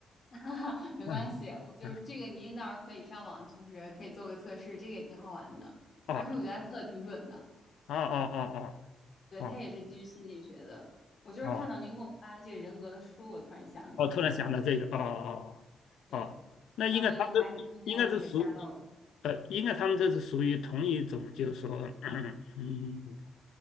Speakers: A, on the left (about 35°); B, on the left (about 85°).
A: <laughs> 没关系，
B: 嗯嗯，
A: 我就是这个，您到时候可以上网，就是可以做个测试，这个也挺好玩的。
B: 哦
A: 而且我觉得他测的挺准的，
B: 哦哦哦
A: 对，
B: 哦哦
A: 他也是基于心理学的。我就是看到您给我发的这个人格的书，
B: 哦
A: 我突然想起来了。
B: 哦，突然想到这个，哦哦
A: 对，
B: 哦哦，那应该他们
A: 但我已经把你推荐的这个加到我的，
B: 应该是属呃，应该他们这是属于同一种，就是说，<clears throat> 嗯。嗯